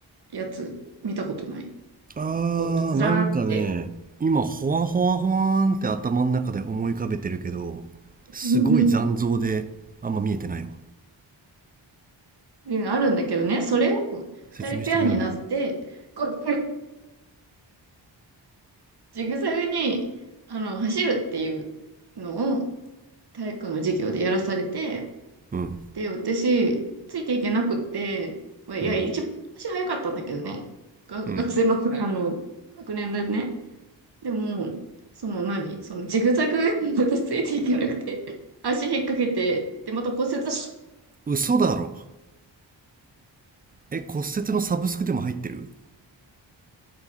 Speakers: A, on the right (about 55°); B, on the right (about 20°).
A: やつ見たことない
B: あー、
A: こう、ずらーって、
B: なんかね、今、ほわほわほわーんって頭の中で思い浮かべてるけど、
A: <laughs>
B: すごい残像であんま見えてないわ。
A: あるんだけどね、それを二人ペアになって、
B: 説明してくれない
A: こう、ジグザグに、あの、走るっていうのを体育の授業でやらされて、
B: うん。
A: で、私、ついていけなくって、まあ、いや、
B: うん。
A: 一番足早かったんだけどね、が学生の、
B: うん。
A: あの、学年でね。でも、その何そのジグザグに私ついていけなくて、足引っ掛けて、で、また骨折して
B: 嘘だろ。え、骨折のサブスクでも入ってる